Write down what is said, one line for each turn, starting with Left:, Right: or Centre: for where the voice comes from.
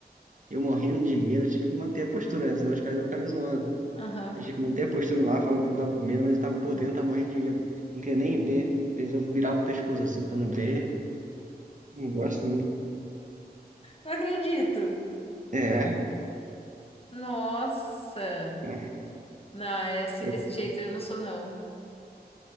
Right: Eu morrendo de medo, tive que manter a postura, né? Senão os caras iam ficar me zoando.
Left: Aham.
Right: a gente Mantei a postura lá, falando que não tava com medo, mas eu tava por dentro, tava morrendo de medo. Não queria nem ver. Eles viravam o pescoço assim pra não ver. Não gosto, não.
Left: Não acredito.
Right: É.
Left: Nossa!
Right: né?
Left: Não, é assim
Right: Eu,
Left: desse jeito, eu não sou, não.